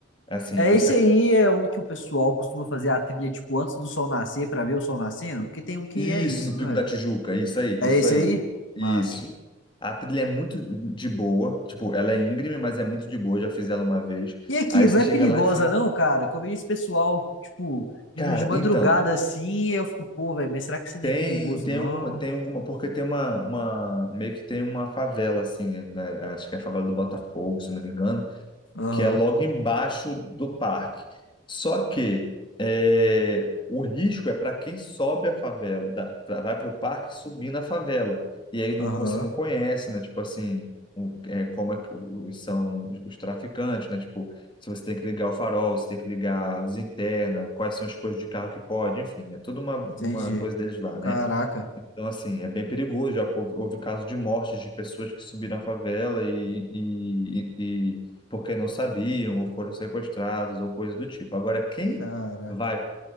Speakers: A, on the left; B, on the left.
A: Assim,
B: É,
A: você
B: esse aí é um que o pessoal costuma fazer a trilha, tipo, antes do sol nascer, pra ver o sol nascendo, porque tem um que
A: Isso,
B: é isso,
A: no
B: não
A: Pico
B: é?
A: da Tijuca, isso aí,
B: É
A: isso
B: esse
A: aí,
B: aí?
A: isso.
B: Massa.
A: A trilha é muito de boa, tipo, ela é íngreme, mas é muito de boa, já fiz ela uma vez.
B: E aqui,
A: Aí
B: não
A: você
B: é
A: chega
B: perigosa
A: lá em cima.
B: não, cara? Que eu vejo esse pessoal, tipo, indo
A: Cara,
B: de madrugada
A: então,
B: assim, e eu fico, pô, velho, mas será que isso não
A: tem
B: é perigoso,
A: tem
B: não?
A: alguma, tem alguma, porque tem uma, uma meio que tem uma favela assim, né? Acho que é a favela do Botafogo, se não me engano
B: Aham,
A: que é logo embaixo do parque. Só que é, o risco é para quem sobe a favela, da- pra- vai para o parque subir na favela. E aí não-
B: aham,
A: você não conhece, né? Tipo assim, o- é, como é que os, são os os traficantes, né? Tipo, se você tem que ligar o farol, se tem que ligar a luz interna, quais são as coisas de carro que pode, enfim, é toda uma,
B: entendi.
A: uma coisa deles lá,
B: Caraca,
A: né? Então, assim, é bem perigoso. Já houve, houve casos de mortes de pessoas que subiram à favela e, e, e, e porque não sabiam, ou foram sequestradas, ou coisa do tipo. Agora, quem
B: caraca.
A: vai